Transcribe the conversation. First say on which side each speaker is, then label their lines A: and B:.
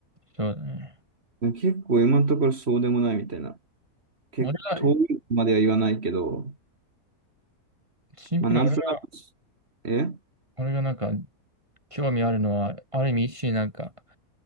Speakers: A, on the right; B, on the right.
A: そうだね。
B: で結構今のところそうでもないみたいな。結構遠いまでは言わないけど、
A: 俺が、シンプルに俺が、
B: まあ、なんとなく、えうん
A: 俺がなんか興味あるのは、ある意味一種なんか、